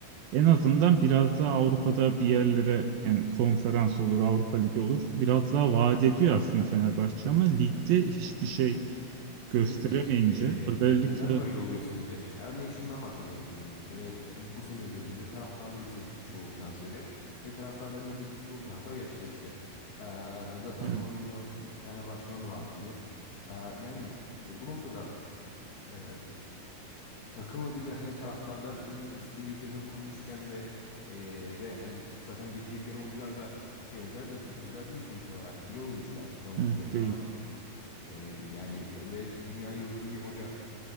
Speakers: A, on the right; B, on the left.
A: En azından biraz daha Avrupa'da bir yerlere yani konferans olur, Avrupa Ligi olur. Biraz daha vaat ediyor aslında Fenerbahçe ama ligde hiçbir şey gösteremeyince
B: Peki e,
A: özellikle
B: neden böyle oluyor sence? Ya Örneğin şundan bahsediyorum örneğin. E, bu sene özelinde taraftarlar istemişti çoğu transferi ve taraftarların istediği çoğu transfer gerçekleşti. E, zaten
A: evet,
B: Mourinho iki tane başkanın vaadiydi. E, yani bu noktada e, takımı bile hani taraftarların isteği üzerine kurmuşken ve e, ve hani zaten getirdikleri oyuncular da şey oyuncular değil kötü oyuncular değil sonuç olarak iyi oyunculardan oluşuyor
A: evet
B: Fenerbahçe
A: değil.
B: takımı. E, yani ve dünya yıldızı bir hoca